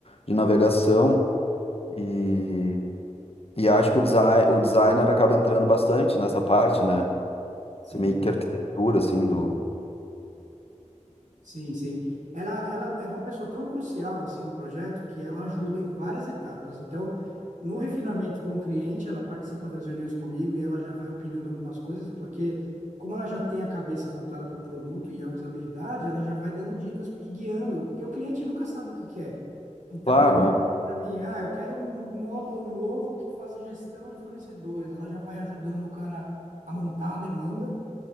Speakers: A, on the left (about 50°); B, on the right (about 80°).
A: de navegação e, e acho que o, design, o designer acaba entrando bastante nessa parte, né,
B: Sim.
A: essa meio que arquitetura, assim, do...
B: Sim, sim. Ela, ela é uma pessoa tão crucial assim no projeto que ela ajuda em várias etapas. Então, no refinamento com o cliente, ela participa das reuniões comigo e ela já vai opinando algumas coisas, porque como ela já tem a cabeça voltada para o produto e a usabilidade, ela já vai dando dicas e guiando, porque o cliente nunca sabe o que quer. Então,
A: Claro,
B: quando ele
A: é.
B: pede para mim, ah, eu quero um módulo novo que faça gestão de fornecedores, ela já vai ajudando o cara a montar a demanda